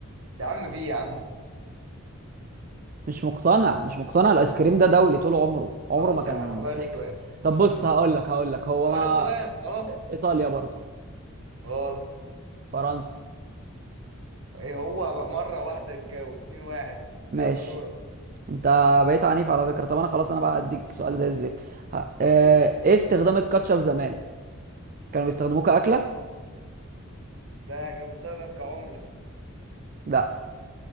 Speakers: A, on the right; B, on the right.
A: يا عم في يا عم
B: مش مقتنع مش مقتنع الايس كريم ده دولي طول عمره عمره
A: خلاص
B: ما كان
A: يا هغير
B: فكرة
A: السؤال
B: طب
A: عشان
B: بص هقول لك هقول لك هو
A: غير
B: ما
A: السؤال خلاص
B: ايطاليا برضه
A: غلط
B: فرنسا
A: ايه هو مره واحده تجاوب اتنين واحد
B: ماشي
A: يلا دورك
B: انت بقيت عنيف على فكره طب انا خلاص انا بقى هديك سؤال زي الزفت ه-
A: <laughs>
B: آه، ايه استخدام الكاتشب زمان كانوا بيستخدموه كاكله
A: ده كان بيستخدم كعمله
B: لا